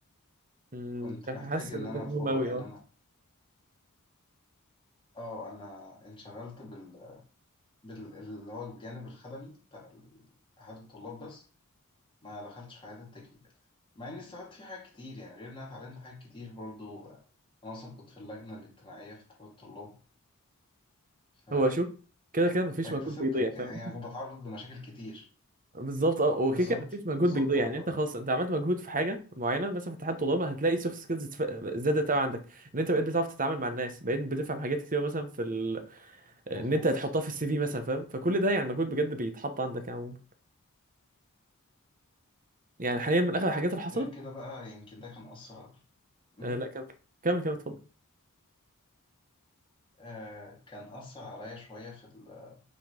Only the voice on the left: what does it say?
كنت
محتاج ان
انا
ادخله
يعني
انا اه انا انشغلت بال... بال اللي هو الجانب الخدمي بتاع ال- اتحاد الطلاب بس ما دخلتش في حاجات التكنيكال مع اني استفدت فيه حاجات كتير يعني غير ان انا اتعلمت حاجات كتير برضو انا اصلا كنت في اللجنة الاجتماعية في اتحاد الطلاب ف...
فاكتسبت
ك-
يعني كنت بتعرض لمشاكل كتير
بالظبط
بالظبط
والله
مظبوط
غير كده بقى يمكن ده كان أثر أمم.
آه، كان أثر عليا شوية في ال-